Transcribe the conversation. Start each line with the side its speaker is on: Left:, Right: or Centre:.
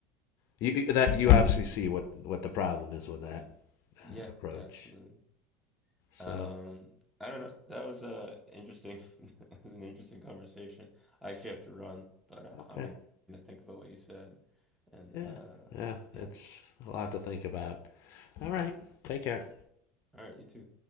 Left: You, that you obviously see what, what the problem is with that uh,
Centre: yeah,
Left: approach.
Centre: yeah, absolutely.
Left: So
Centre: Um, I don't know. That was uh interesting, <laughs> that was an interesting conversation. I actually have to run, but uh,
Left: okay,
Centre: I'm gonna think about what you said, and
Left: yeah,
Centre: uh,
Left: yeah,
Centre: yeah.
Left: it's a lot to think about. All right, take care.
Centre: All right, you too.